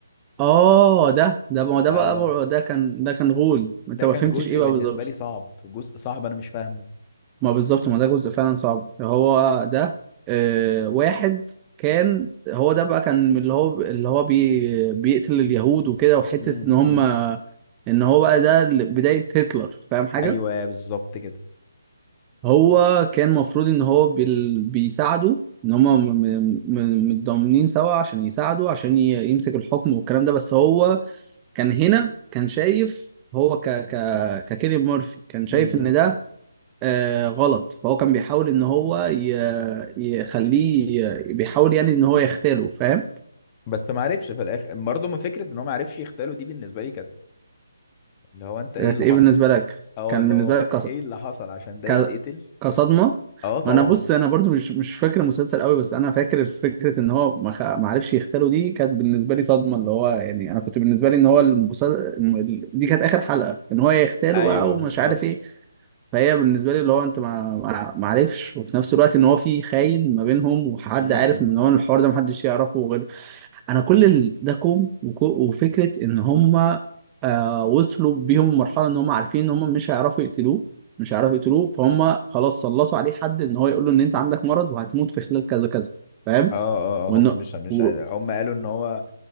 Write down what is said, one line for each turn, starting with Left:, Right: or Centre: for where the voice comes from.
Right: اه ده ده ما ده
Left: اه
Right: بقى بقى- ده كان ده كان غول
Left: ده
Right: انت ما
Left: كان
Right: فهمتش
Left: جزء
Right: ايه بقى
Left: بالنسبة
Right: بالظبط
Left: لي صعب جزء صعب أنا مش فاهمه
Right: ما بالظبط ما ده جزء فعلا صعب هو ده آه واحد كان هو ده بقى كان اللي هو اللي هو بي بيقتل اليهود وكده وحتة
Left: امم
Right: ان هم
Left: امم
Right: ان هو بقى ده بداية هتلر فاهم حاجة
Left: أيوه بالظبط
Right: هو كان المفروض ان هو بال... بيساعده ان هما م... م... م- متضامنين سوا عشان يساعده عشان ي... يمسك الحكم والكلام ده بس هو كان هنا كان شايف هو ك... ك... ككيليان مورفي كان شايف
Left: كده
Right: ان ده آه غلط فهو كان بيحاول ان هو ي... يخليه ي... بيحاول يعني ان هو يختاله فاهم
Left: بس ما عرفش في الاخر برضه ما فكره ان هو ما عرفش يغتاله دي بالنسبه لي كانت اللي هو انت ايه
Right: كانت
Left: اللي
Right: ايه
Left: حصل
Right: بالنسبة لك
Left: اه
Right: كان
Left: اللي
Right: بالنسبة
Left: هو
Right: لك
Left: ايه اللي حصل عشان ده
Right: ك...
Left: يتقتل
Right: كصدمه
Left: اه طبعا
Right: ما انا بص انا برضو مش مش فاكر المسلسل قوي بس انا فاكر فكره ان هو ما خ- ما عرفش يغتاله دي كانت بالنسبه لي صدمه اللي هو يعني انا كنت بالنسبه لي ان هو المسلسل دي كانت اخر حلقه ان هو يغتاله
Left: ايوه
Right: بقى ومش
Left: بالظبط
Right: عارف ايه فهي بالنسبه لي اللي هو انت ما ما ما عرفش وفي نفس الوقت ان هو في خاين ما بينهم وحد
Left: امم
Right: عارف ان هو الحوار ده محدش يعرفه غير انا كل ال- ده كوم وك- وفكره ان هم آه وصلوا بيهم المرحله ان هم عارفين ان هم مش هيعرفوا يقتلوه مش هيعرفوا يقتلوه فهم خلاص سلطوا عليه حد ان هو يقول له ان انت عندك مرض وهتموت في خلال كذا كذا فاهم
Left: اه اه
Right: وانه
Left: آه، هم مش مش
Right: و...
Left: قادر هم قالوا ان هو